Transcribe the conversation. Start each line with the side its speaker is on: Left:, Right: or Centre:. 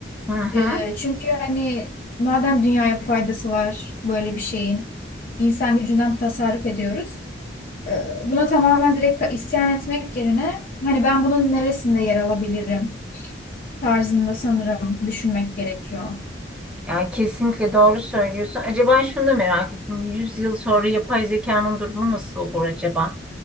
Centre: hı hı.
Left: E, çünkü hani madem dünyaya faydası var böyle bir şeyin, insan gücünden tasarruf ediyoruz. E, buna tamamen direkt isyan etmek yerine hani ben bunun neresinde yer alabilirim? tarzında sanırım düşünmek gerekiyor.
Centre: Yani kesinlikle doğru söylüyorsun. Acaba şunu da merak ettim. yüz yıl sonra yapay zekanın durumu nasıl olur acaba?